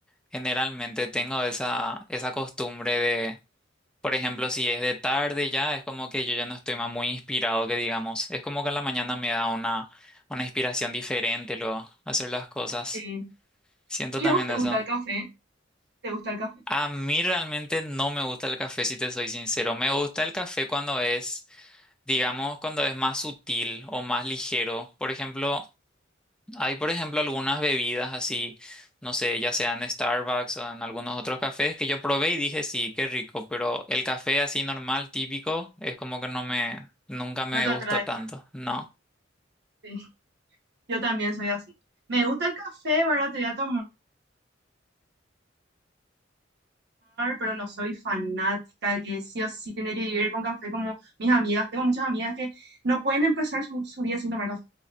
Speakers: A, in the centre; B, on the right (about 60°).
A: Generalmente tengo esa, esa costumbre por ejemplo, si es de tarde ya, es como que yo ya no estoy más muy inspirado, que digamos. Es como que en la mañana me da una, una inspiración diferente luego hacer las cosas.
B: Sí.
A: Siento
B: ¿Y
A: también
B: a vos te
A: eso.
B: gusta el café? ¿Te gusta el café?
A: A mí realmente no me gusta el café, si te soy sincero. Me gusta el café cuando es, digamos, cuando es más sutil o más ligero. Por ejemplo, Hay, por ejemplo, algunas bebidas así, no sé, ya sea en Starbucks o en algunos otros cafés que yo probé y dije, sí, qué rico, pero el café así normal, típico, es como que no me, nunca me
B: No te
A: gustó
B: atrae.
A: tanto, ¿no?
B: Sí, yo también soy así. Me gusta el café, ¿verdad? Te voy a tomar, pero no soy fanática que sí o sí tiene que vivir con café como mis amigas. Tengo muchas amigas que no pueden empezar su, su día sin tomar café.